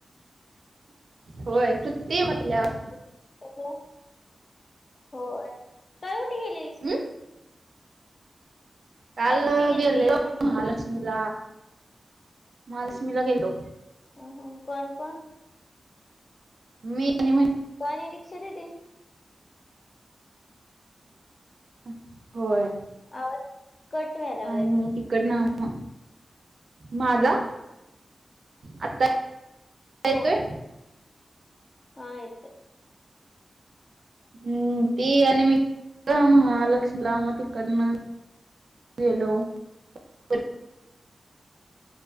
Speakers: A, on the right (about 60°); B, on the left (about 45°).
A: होय, सुट्टी ए म्हंटल्यावर
B: <unintelligible> होय, काल कुठं गेलेलीस
A: हम्म
B: मग?
A: काल
B: कुठे गेलतेस
A: गेलेलो
B: म्हटलं
A: महालक्ष्मीला, महालक्ष्मीला गेलो.
B: हू हू, कोण कोण?
A: मी आणि मा
B: तू आणि दिक्षा दीदी?
A: अं होय.
B: आवाज? कट व्हायला लागलाय
A: आणि
B: तुझा
A: तिकडनं मग, माझा, आता? -ता
B: हो
A: येतोय?
B: हा येतंय.
A: हम्म, ती अन मी, महालक्ष्मीला मं तिकडनं गेलो. अ